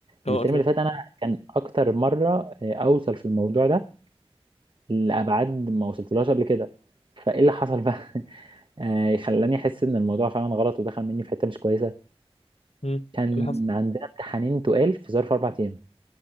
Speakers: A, on the left; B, on the right.
A: اه
B: الترم
A: تمام
B: اللي فات انا كان اكتر مره آه، اوصل في الموضوع ده لابعاد ما وصلتلهاش قبل كده فايه اللي حصل بقى <laughs> آه، خلاني احس ان الموضوع فعلا غلط ودخل مني في حته مش كويسه
A: مم. إيه
B: كان
A: اللي حصل
B: عندنا امتحانين تقال في ظرف اربع ايام